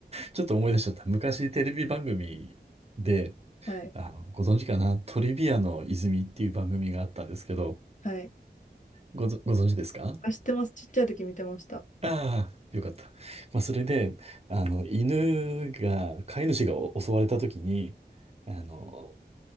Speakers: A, on the right (about 35°); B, on the left (about 45°).
A: ちょっと思い出しちゃった。昔テレビ番組で、
B: <laughs> はい。
A: あの、ご存知かな、トリビアの泉っていう番組があったんですけど、
B: はい。
A: ごぞ、ご存知ですか
B: 知ってます。ちっちゃい時見てました。
A: ああ、よかった。まあ、それで、あの、犬が、飼い主がお襲われた時に、あの、